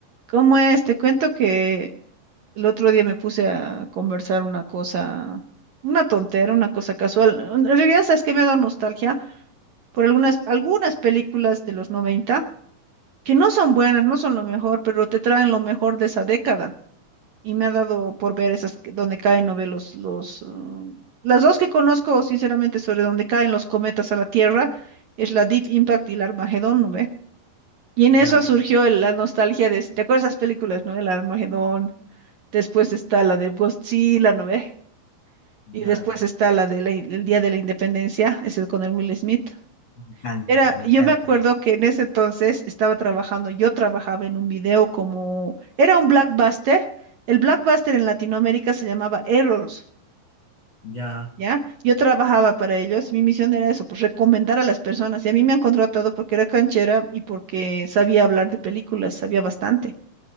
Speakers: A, on the right; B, on the left.
A: ¿Cómo es? Te cuento que el otro día me puse a conversar una cosa, una tontera, una cosa casual. En en realidad, ¿sabes qué? Me ha dado nostalgia por algunas, algunas películas de los 90 que no son buenas, no son lo mejor, pero te traen lo mejor de esa década. Y me ha dado por ver esas que- donde caen, no ve los, los, uh, las dos que conozco, sinceramente, sobre donde caen los cometas a la Tierra, es la Deep Impact y el Armagedón, ¿no ve? Y en
B: Ya,
A: eso surgió el- la nostalgia de, si te acuerdas de esas películas, ¿no? El Armagedón, Después está la del Godzilla, ¿no ve?
B: ya,
A: Y después está la del el Día de la Independencia, ese con el Will Smith.
B: me encanta,
A: Era,
B: me
A: yo
B: encanta.
A: me acuerdo
B: Ya,
A: que en ese entonces estaba trabajando, yo trabajaba en un video como, era un blockbuster. El blockbuster en Latinoamérica se llamaba Errors,
B: ya,
A: ¿ya? Yo trabajaba para ellos y mi misión era eso, pues recomendar a las personas. Y a mí me han contratado porque era canchera y porque sabía hablar de películas, sabía bastante.